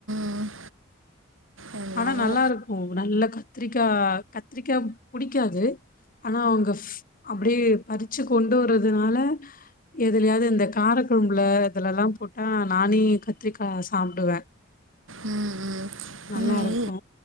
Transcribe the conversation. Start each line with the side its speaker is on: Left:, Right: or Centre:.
Right: ம் என்னவோ
Left: ஆனா நல்லா இருக்கு நல்ல கத்திரிக்கா கத்திரிக்கா புடிக்காது ஆனா அவுங்க ஃப் அப்டியே பறிச்சு கொண்டு வர்றதுனால எதுலயாது இந்த காரக்கொழம்புல இதுலல்லா போட்டா நானே கத்திரிக்கா சாப்டுவே
Right: ம்
Left: நல்லா
Right: ம் நீ
Left: ருக்கு